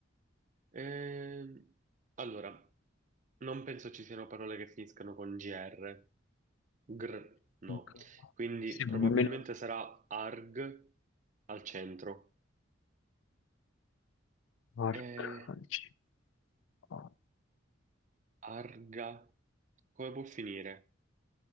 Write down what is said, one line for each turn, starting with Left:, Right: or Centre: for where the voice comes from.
Right: Ehm, allora, non penso ci siano parole che finiscano con gr, gr, no.
Left: Ok.
Right: Quindi
Left: Sì, ma
Right: probabilmente
Left: nemmeno
Right: sarà arg al centro.
Left: arcalci.
Right: Eh,
Left: Ah.
Right: arga, come può finire?